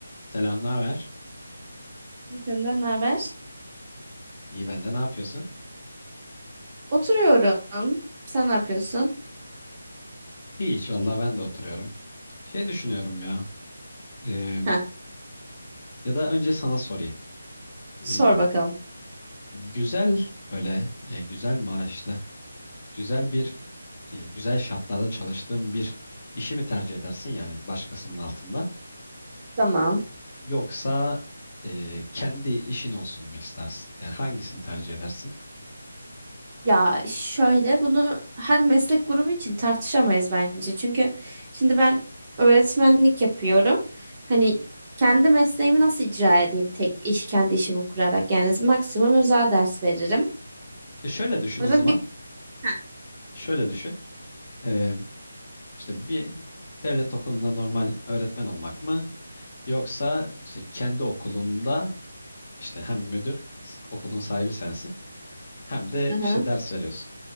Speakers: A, on the left (about 30°); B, on the right (about 20°).
A: Selam, ne haber?
B: İyi senden ne haber?
A: İyi ben de ne yapıyorsun?
B: Oturuyorum. Sen ne yapıyorsun?
A: Hiç vallahi ben de oturuyorum. Şey düşünüyorum ya. e,
B: Heh,
A: ya da önce sana sorayım. E,
B: sor bakalım.
A: güzel böyle e, güzel maaşlı, güzel bir e, güzel şartlarda çalıştığın bir işi mi tercih edersin yani başkasının altında?
B: Tamam.
A: Yoksa e, kendi işin olsun mu istersin? Yani hangisini tercih edersin?
B: Ya şöyle bunu her meslek grubu için tartışamayız bence. Çünkü şimdi ben öğretmenlik yapıyorum. Hani kendi mesleğimi nasıl icra edeyim tek iş kendi işimi kurarak? Yani maksimum özel ders veririm.
A: E, şöyle düşün
B: O yüzden
A: o zaman.
B: bir Heh,
A: Şöyle düşün. E, işte bir devlet okulunda normal öğretmen olmak mı? Yoksa işte kendi okulunda işte hem müdür, okulun sahibi sensin hem de
B: Hı hı.
A: işte ders veriyorsun